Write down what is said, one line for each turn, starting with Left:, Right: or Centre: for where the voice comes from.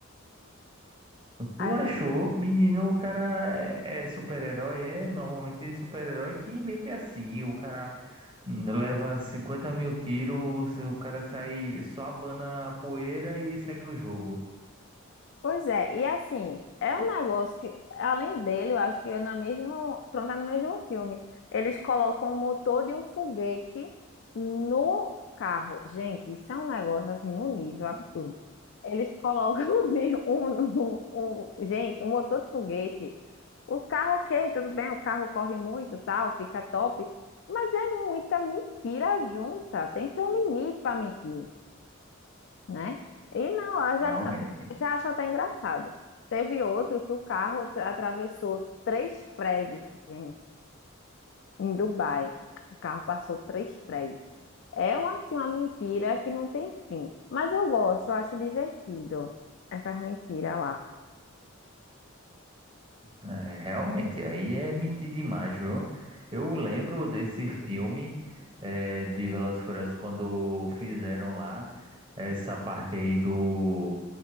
Right: Tu
Left: Ah,
Right: achou, menino, o cara é, é super-herói, é? Normalmente é super-herói que mente assim. O cara Leva 50 mil tiros, se o cara sai só abana a poeira e segue o jogo.
Left: pois é, e assim, é um negócio que, além dele, eu acho que é na mesmo, pronto, é no mesmo filme. Eles colocam o motor de um foguete no carro. Gente, isso é um negócio assim, no nível absurdo. Eles colocam <laughs> um, um, um- gente, um motor de foguete. O carro, ok, tudo bem, o carro corre muito, tal, fica top. Mas é muita mentira junta. Tem que ter um limite para mentir. né? E não, eu
Right: Realmente.
Left: já, acho- já acho até engraçado. Teve outro que o carro atra- atravessou três prédios, gente, em Dubai. O carro passou três prédios. É uma, assim, uma mentira que não tem fim. Mas eu gosto, eu acho divertido essas mentiras lá.
Right: É, realmente, aí é mentir demais, viu? Eu lembro desse filme é, de Velozes e Furiosos quando fizeram lá essa parte aí do